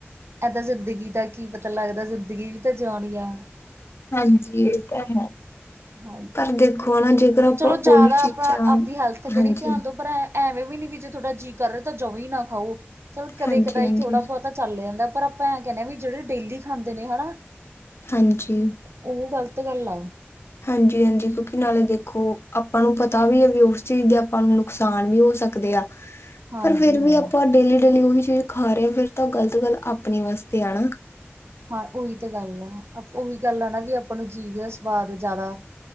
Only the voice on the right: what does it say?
ਇਹ ਤਾਂ ਜ਼ਿੰਦਗੀ ਦਾ ਕੀ ਪਤਾ ਲੱਗਦਾ, ਜ਼ਿੰਦਗੀ ਵੀ ਤਾਂ ਜਿਉਣੀ ਆਂ।
ਹਾਂਜੀ
ਚਲੋ ਜ਼ਿਆਦਾ
ਆਪਣਾ ਆਪਦੀ ਹੈਲਥ
ਵੱਲ ਧਿਆਨ ਦਿਓ ਪਰ। ਐਵੇਂ ਵੀ ਨੀ ਵੀ ਜੇ ਥੋੜਾ ਜੀਅ ਕਰ ਰਿਹਾ ਤਾਂ ਜਮਾਂ ਹੀ ਨਾ ਖਾਓ ਚਲੋ ਕਦੇ
ਕਦਾਈ
ਥੋੜਾ ਬਹੁਤਾ। ਚੱਲ ਜਾਂਦਾ, ਪਰ ਆਪਾਂ ਐ ਕਹਿੰਦੇ ਹਾਂ ਵੀ, ਜਿਹੜੇ ਡੇਲੀ ਖਾਂਦੇ ਨੇ ਹਨਾ।
ਉਹ ਗ਼ਲਤ ਗੱਲ ਆ।
ਹਾਂਜੀ
ਹਾਂ।
ਹਾਂ ਉਹੀ ਤੇ ਗੱਲ ਆ, ਉਹੀ ਗੱਲ ਆ ਨਾ ਵੀ ਆਪਾਂ ਨੂੰ ਜੀਭ ਦਾ ਸਵਾਦ ਜ਼ਿਆਦਾ।